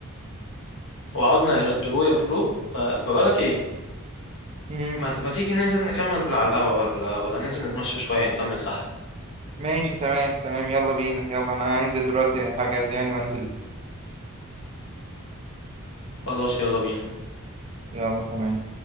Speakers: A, on the left; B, on the right.
A: وعدنا الى الدرو يا برو فبقول لك ايه
B: <laughs> مم.
A: ما ما تيجي ننزل نكمل على القهوة ولا ولا ننزل نتمشى شوية نكمل تحت
B: ماشي تمام تمام يلا بينا يلا انا هنزل دلوقتي هجهز يعني وانزل
A: خلاص يلا بينا
B: يلا تمام